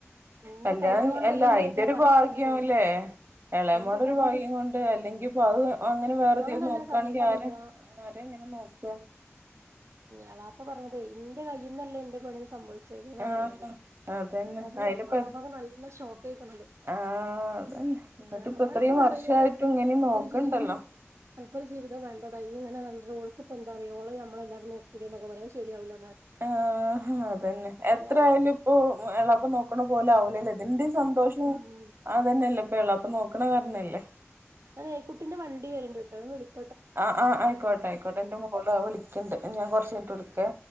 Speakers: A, on the right (about 70°); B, on the right (about 50°).
A: നിന്റെ
B: കല്യാണ
A: കൈയ്യോണ്ടല്ലേ
B: അല്ല അയിന്റെരു
A: ഇത് പറ്റിയത്
B: ഭാഗ്യംല്ലേ എളേമോൾതൊരു
A: നിന്റെ ക
B: ഭാഗ്യം കൊണ്ട് അല്ലെങ്കി ഇപ്പൊ അത് അങ്ങനെ
A: കുട്ടികളും
B: വേറെതും
A: തന്നെ
B: നോക്കാണെങ്കി
A: സമ്മതിക്കൂല്ല
B: ആര് ആരാ ഇങ്ങനെ നോക്കാ
A: എളാപ്പ പറയണതേ ഇന്റെ കയ്യിന്നല്ലെ ഇന്റെ പെണ്ണിന് സംഭവി ച്ചത്ന്നാ
B: ആഹ്
A: പറയ്ണതേ
B: അതന്നെ
A: അത്
B: അയിനിപ്പ
A: എളാപ്പാക്ക് നല്ല ഷോക്കേക്ക്ണത്
B: ആഹ് അതന്നെ എന്നിട്ട്
A: ഏട്ടന്മാരൊക്കെ
B: ഇപ്പ ഇത്രയും
A: പറയും
B: വർഷായിട്ടും ഇങ്ങനെ
A: അനക്കൊരു
B: നോക്കണ്ടല്ലോ
A: ജീവിതം നമുക്കൊരു ജീവിത വേണ്ടടോ ഈയ് ഇങ്ങനെ നടന്നിട്ട് ഓൾക്കിപ്പെന്താറിയോ ഓള് നമ്മെളല്ലാരും നോക്കൂലെന്നൊക്കെ പറയും അത് ശെരിയാവൂല
B: ആഹ് അതന്നെ എത്രയാലും
A: പറയും
B: പ്പൊ എളാപ്പ നോക്കണ പോലെ ആവുലല്ലോ ഇതിന്റെ സന്തോഷം
A: ഉം
B: അതന്നെല്ലേ എളാപ്പ നോക്കണ കാരണല്ലേ
A: അതെ കുട്ടിന്റെ വണ്ടി വരണ്ട്ട്ടോ ഞാ വിളിക്
B: ആഹ് ആഹ് ആയിക്കോട്ടെ ആയിക്കോട്ടെ ഇന്റെ മോളും വിളിക്ക്ണ്ട് ഞാൻ കൊറച്ച് കഴിഞ്ഞിട്ട് വിളിക്കേ.